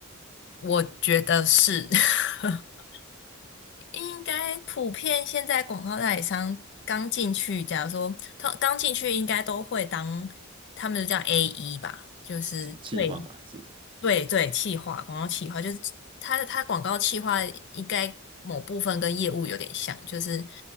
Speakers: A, on the left; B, on the right.
A: 我觉得是 <laughs> 应该普遍现在广告代理商刚进去，假如说他刚进去，应该都会当他们叫 AE 吧，就是最
B: 是什么气话吗？还是什么？
A: 对对，企划广告企划就是它，它广告企划应该某部分跟业务有点像，就是